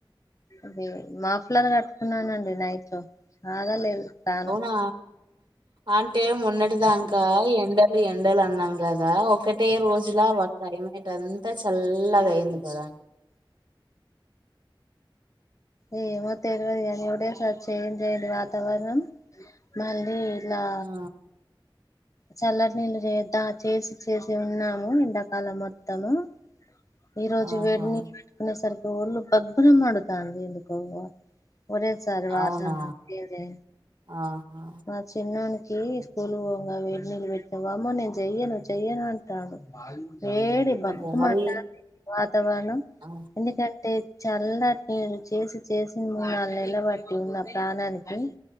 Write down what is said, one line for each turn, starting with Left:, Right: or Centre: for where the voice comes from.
Left: అద మాఫలాలను కట్టుకున్నానండి నైట్ లో బాగా లేదు పానం
Right: అవునులే అంటే మొన్న దాంకా ఎండలు ఎండలు అన్నాం కదా ఒకటే రోజులా ఒక టై ఇటంతా చల్లగా అయింది కదా
Left: ఏమో తెలియదు కానీప్పుడే ఒకటేసారి చేంజ్ అయ్యింది వాతావరణం మళ్ళీ ఇలా
Right: ఆ
Left: చల్లటి నీళ్ళు చేద్దా చేసి చేసి ఉన్నాము ఎండాకాలం మొత్తము ఈరోజు
Right: ఆహా
Left: వేడిని పెట్టుకునే సరికి ఒళ్ళు భగ్గున మండుతాంది ఎందుకో ఒరే చర్వాత
Right: అవునా
Left: నొక్కేదే
Right: ఆహా
Left: మ చిన్నొనికి స్కూల్‌కి పోంగా వేడి నీళ్ళు పెట్టిన వామ్మో నేను చెయ్యను చెయ్యను అంటాండు వేడి బగ్గుమంటంది
Right: అబ్బో మరి
Left: వాతావరణం
Right: ఆ
Left: ఎందుకంటే చల్లటి నీళ్లు చేసి చేసి మూడు నాలుగు నెల్లు బట్టింది నా ప్రాణానికి